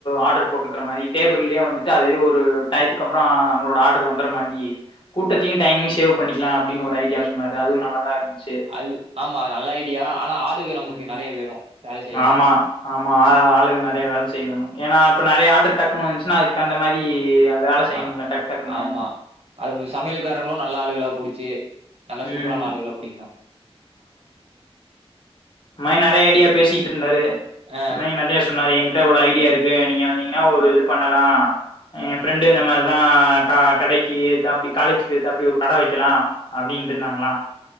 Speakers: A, on the left; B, on the right.
A: ஆர்டர் போட்டுக்கிற மாரி டேபிள்ளேயே வந்துட்டு அதே ஒரு டயத்துக்கு அப்பறோ நம்மளோட ஆட் டர் வந்தற மாரி கூட்டத்தையு டைமையு சேவ் பண்ணிக்கலா அப்டின்னு ஒரு ஐடியா சொன்னாரு அதுவு நல்லாதா இருந்துச்சு
B: அது ஆமா நல்ல ஐடியா ஆனா ஆளுக நமக்கு
A: ம்
B: நெறைய வேணு வேல செய்ய
A: ஆமா ஆமா ஆ ஆளுக நெறைய வேல செய்ய வேணு ஏன்னா இப்போ நெறைய ஆர்டர் டக்குனு வந்துச்சுன்னா அதுக்கு தகுந்த மாரி வேல செய்யணும்ல
B: ஆ
A: டக்கு டக்குன்னு
B: ஆமா அது சமையல்காரங்களு நல்லா ஆளுகளா புடுச்சு நல்லா
A: ம்
B: சூப்பரான ஆளுகளா புடிக்கனு
A: இன்மாரி நெறைய ஐடியா பேசிக்கிட்டு இருந்தாரு
B: ஆ
A: இந்த மாரி நெறைய சொன்னாரு எங்கி ட்ட இவ்ள ஐடியா இருக்கு நீங்க வந்தீங்கன்னா ஒரு இது பண்ணலா ஏ ஃபிரெண்டு இந்த மாரிதா க கடைக்கி எய்தாப்டி காலேஜுக்கு எய்தாப்டி ஒரு கட வெக்கலா அப்புடின்ட்டு இருந்தாங்களா